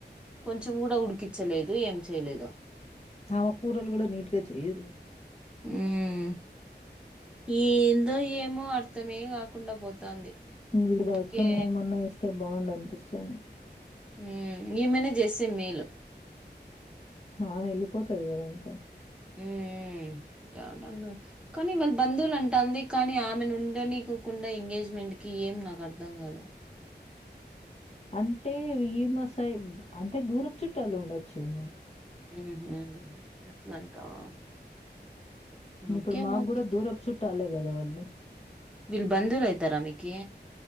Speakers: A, in the centre; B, on the left (about 35°).
A: కొంచెం కూడా ఉడికిచ్చలేదు ఏం చేయలేదు
B: ఆమ కూరలు కూడా నీట్ గా చెయ్యదు లే
A: ఉమ్మ్ ఏందో ఏమో అర్థమే కాకుండా పోతాంది
B: వీడు
A: ఊరికే
B: వర్క్ ఫ్రమ్ హోమ్ అన్నా ఇస్తే బావుండు అనిపిస్తాంది
A: ఊమ్మ్ ఈమెనే చేస్తే మేలు
B: ఆమె వెళ్ళిపోతాది కదా ఇంక
A: ఉమ్మ్ <unintelligible> కానీ వాళ్ళ బంధువులు అంటాంది కానీ ఆమెను ఉండనీకోకుండా ఎంగేజ్మెంట్ కి ఏం నాకు అర్థం కాలా
B: అంటే వీ ఈమ సైడ్ అంటే దూరపు చుట్టాలు ఉండొచ్చును
A: ఉహూ అట్లంటావా ఓకే
B: ఇప్పుడు మాకు
A: ఓకే
B: కూడా దూరపు చుట్టాలే కదా వాళ్ళు
A: వీళ్ళు బంధువులు అయితారా మీకి